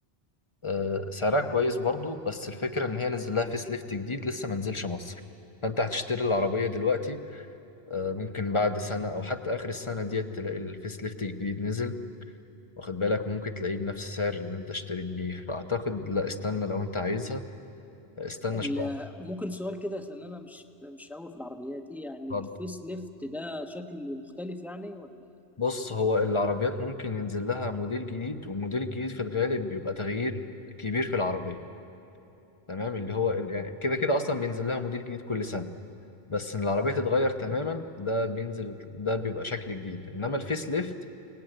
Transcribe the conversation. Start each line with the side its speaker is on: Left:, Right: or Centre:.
Left: آه، سعرها كويس برضو بس الفكرة إن هي نزل لها فيس ليفت جديد لسه ما نزلش مصر فأنت هتشتري العربية دلوقتي آه، ممكن بعد سنة أو حتى آخر السنة ديت تلاقي الفيس ليفت الجديد نزل واخد بالك ممكن تلاقيه بنفس السعر اللي أنت اشتريت بيه فأعتقد لا استنى لو أنت عايزها استنى
Centre: ال-
Left: شوية
Centre: ممكن سؤال كده عشان انا مش مش قوي في العربيات ايه يعني
Left: اتفضل.
Centre: الفيس ليفت ده شكل مختلف يعني ولا إيه؟
Left: بص هو العربيات ممكن ينزل لها موديل جديد والموديل الجديد في الغالب بيبقى تغيير كبير في العربية تمام اللي هو ال- يعني كده كده أصلا بينزل لها موديل جديد كل سنة بس ان العربيه تتغير تماما ده بينزل ده بيبقى شكل جديد انما الفيس ليفت